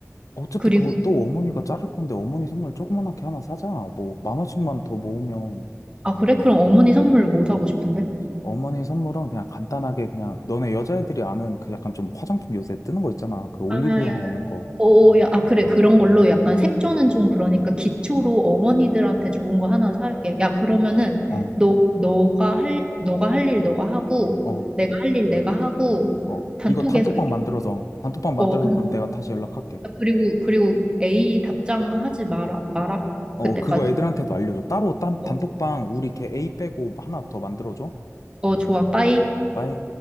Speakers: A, on the left (about 85°); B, on the right (about 20°).
A: 어차피
B: 그리고,
A: 그거 또 어머니가 자를 건데, 어머니 선물 조그만하게 하나 사자. 뭐, 만 원씩만 더 모으면.
B: 아, 그래? 그럼 어머니 선물 뭐 사고 싶은데?
A: 어머니 선물은 그냥 간단하게 그냥 너네 여자애들이 아는 그 약간 좀 화장품 요새 뜨는 거 있잖아. 그 올리브영에
B: 아, 야,
A: 있는 거.
B: 어, 야, 아, 그래. 그런 걸로 약간 색조는 좀 그러니까 기초로 어머니들한테 좋은 거 하나 사올게. 야, 그러면은
A: 어,
B: 너, 너가 할, 너가 할 일 너가 하고,
A: 어,
B: 내가 할 일 내가 하고,
A: 어.
B: 단톡에서
A: 이거 단톡방
B: 이게,
A: 만들어서, 단톡방 만들어서
B: 어, 단-
A: 그럼 내가 다시 연락할게.
B: 그리고, 그리고 A 답장 하지 마라, 마라.
A: 어,
B: 그때까지.
A: 그거 애들한테도 알려줘. 따로 단,
B: 어,
A: 단톡방 우리 걔 A 빼고 하나 더 만들어줘.
B: 어, 좋아. 빠이.
A: 빠이.